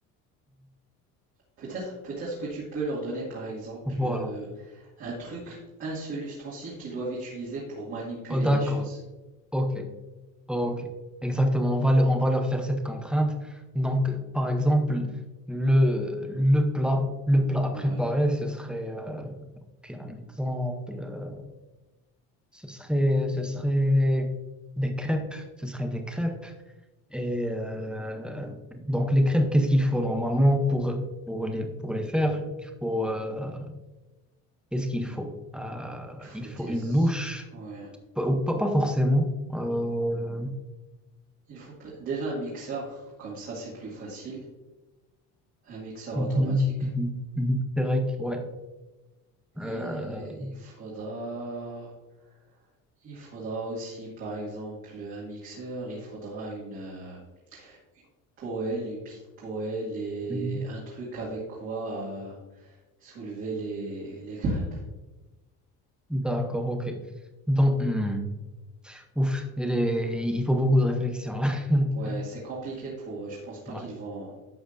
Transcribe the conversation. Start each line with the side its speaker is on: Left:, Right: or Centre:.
Right: Peut-être, peut-être que tu peux leur donner, par exemple,
Centre: Voilà.
Right: euh, un truc, un seul ustensile qu'ils doivent utiliser pour manipuler
Centre: Oh, d'accord.
Right: les choses.
Centre: Ok. Ok, exactement. On va, le- on va leur faire cette contrainte. Donc, par exemple, le, le plat, le plat à préparer,
Right: Ouais.
Centre: ce serait, euh, puis un exemple, euh, ce serait, ce serait des crêpes. Ce serait des crêpes. Et euh, donc, les crêpes, qu'est-ce qu'il faut normalement pour, pour les, pour les faire? Il faut, euh, qu'est-ce qu'il faut? Euh,
Right: Il faut
Centre: il faut
Right: des...
Centre: une louche,
Right: Ouais.
Centre: pas, ou pas, pas forcément. Euh,
Right: Il faut pe- déjà un mixeur, comme ça c'est plus facile, un mixeur
Centre: mhm,
Right: automatique.
Centre: mhm. Mhm. C'est vrai que, ouais. Euh,
Right: Et il faudra, il faudra aussi, par exemple, un mixeur, il faudra une, euh, une poêle, une petite poêle et
Centre: mm,
Right: un truc avec quoi euh, soulever les, les crêpes.
Centre: d'accord, ok. Donc, hmm, ouf, il est- il faut beaucoup de réflexion là. <laughs>
Right: Ouais, c'est compliqué pour eux. Je pense pas
Centre: Ouais,
Right: qu'ils vont,